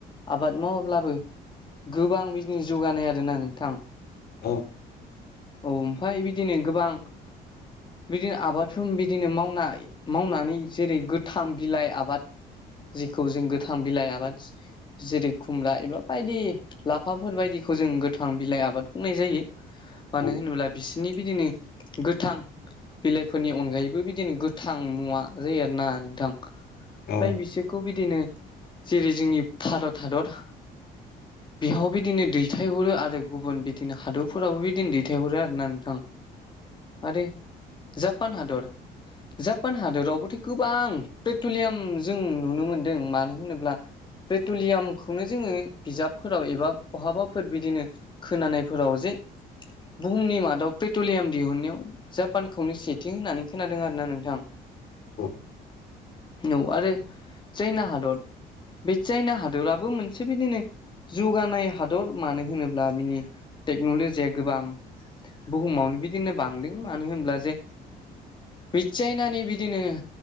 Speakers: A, on the left; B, on the left.
A: आबाद मावाब्लाबो गोबां बिजनेस जौगानाय आरोना नोंथां।
B: औ
A: औ ओमफाय बिदिनो गोबां बिदिनो आबादफोर बिदिनो मावनाय मावनानै जेरै गोथां बिलाइ आबाद जेखौ जों गोथां बिलाइ आबाद जेरै खुमब्रा एबा बायदि लाफाफोर बायदिखौ जों गोथां बिलाइ आबाद बुंनाय जायो। मानो
B: औ
A: होनोब्ला बिसोरनि बिदिनो गोथां बिलाइफोरनि अनगायैबो बिदिनो गोथां मुवा जायो आरोना नोंथां। ओमफाय
B: औ
A: बिसोरखौ बिदिनो जेरै जोंनि भारत हादर
B: <inaudible>
A: बेहाव बिदिनो दैथायहरो आरो गुबुन बिदिनो हादरफोरावबो बिदिनो दैथायहरो आरोना नोंथां। आरो जापान हादर जापान हादरावबोथ' गोबां पेट्रलियाम जों नुनो मोन्दों मानो होनोब्ला। पेट्रलियामखौनो जोंङो बिजाबफोराव एबा बहाबाफोर बिदिनो खोनानायफोराव जे बुहुमनि मादाव पेट्रलियाम दिहुनायाव जापानखौनो सेथिं होननानै खोनादों आर ना नोंथां।
B: <inaudible>
A: न आरो चायना हादर बे चायना हादराबो मोनसे बिदिनो जौगानाय हादर मानो होनोब्ला बिनि टेक्न'लजिया गोबां बुहुमावनो बिदिनो बांदों मानो होनब्ला जे बि चायनानि बिदिनो